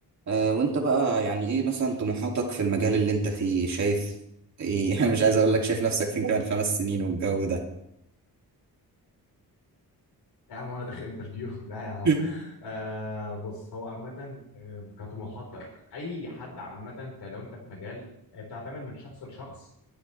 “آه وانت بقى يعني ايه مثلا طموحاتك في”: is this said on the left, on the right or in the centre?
Right